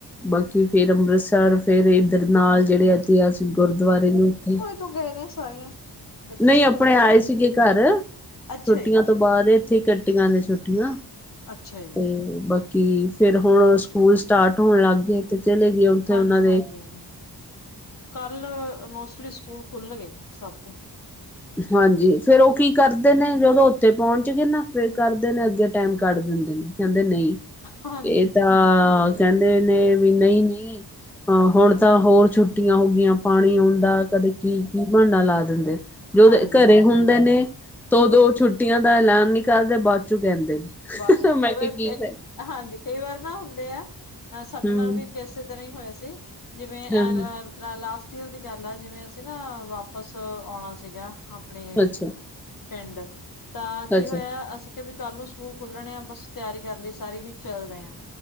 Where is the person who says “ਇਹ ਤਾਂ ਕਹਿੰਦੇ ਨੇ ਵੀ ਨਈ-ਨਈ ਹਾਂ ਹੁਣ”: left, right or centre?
Centre